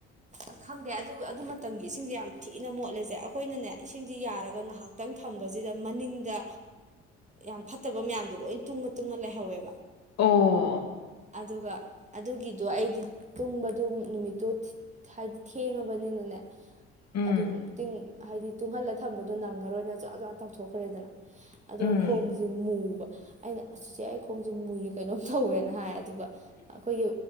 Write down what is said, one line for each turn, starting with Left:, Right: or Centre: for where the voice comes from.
Right: ꯑ ꯈꯪꯗꯦ ꯑꯗꯨ ꯑꯗꯨ ꯃꯇꯝꯒꯤ ꯏꯁꯤꯡꯖꯦ ꯌꯥꯝ ꯊꯤꯅ ꯃꯣꯠꯂꯦꯖꯦ ꯑꯩꯈꯣꯏꯅꯅꯦ ꯏꯁꯤꯡꯖꯤ ꯌꯥꯔꯒ ꯉꯍꯥꯛ ꯇꯡ ꯊꯝꯕꯖꯤꯗ ꯃꯅꯤꯡꯗ ꯌꯥꯝ ꯐꯠꯇꯕ ꯃꯌꯥꯝꯗꯣ ꯂꯣꯏ ꯇꯨꯡꯉ ꯇꯨꯡꯉ ꯂꯩꯍꯧꯋꯦꯕ
Left: ꯑꯣ
Right: ꯑꯗꯨꯒ ꯑꯗꯨꯒꯤꯗꯣ ꯑꯩꯗꯤ ꯇꯨꯡꯕꯗꯣ ꯅꯨꯃꯤꯠꯇꯨ ꯊꯤ ꯊꯍꯥꯏꯗꯤ ꯊꯦꯡꯉꯕꯅꯤꯅꯅꯦ
Left: ꯎꯝ
Right: ꯑꯗꯨꯝ ꯇꯤꯡ ꯍꯥꯏꯗꯤ ꯇꯨꯡꯍꯜꯂ ꯊꯝꯕꯗꯣ ꯅꯪꯉꯔꯣꯏꯅ ꯖꯋ꯭ꯥ ꯖꯋ꯭ꯥꯥ ꯇꯧꯊꯣꯛꯈ꯭ꯔꯦꯗꯅ꯫ ꯑꯗꯣ
Left: ꯎꯝ
Right: ꯈꯣꯡꯖꯦ ꯃꯨꯕ ꯑꯩꯅ ꯑꯁ ꯆꯤꯆꯦ ꯑꯩ ꯈꯣꯡꯖꯦ ꯃꯨꯏ ꯀꯩꯅꯣꯝ ꯇꯧꯋꯦꯅ ꯍꯥꯏ ꯑꯗꯨꯒ ꯑꯩꯈꯣꯏꯒꯤ